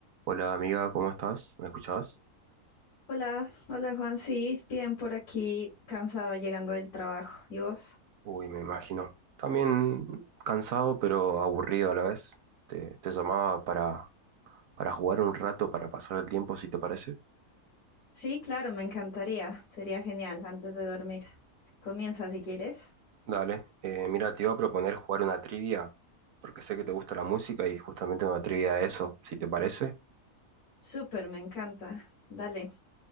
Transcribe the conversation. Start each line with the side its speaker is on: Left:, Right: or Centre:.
Right: Hola amiga, ¿cómo estás? ¿Me escuchabas?
Left: Hola, hola Juan, sí, bien por aquí, cansada llegando del trabajo. ¿Y vos?
Right: Uy, me imagino. También cansado, pero aburrido a la vez. Te, te llamaba para, para jugar un rato, para pasar el tiempo, si te parece.
Left: Sí, claro, me encantaría, sería genial antes de dormir. Comienza si quieres.
Right: Dale, Eh, mira, te iba a proponer jugar una trivia, porque sé que te gusta la música y justamente una trivia de eso, si te parece.
Left: Súper, me encanta. Dale,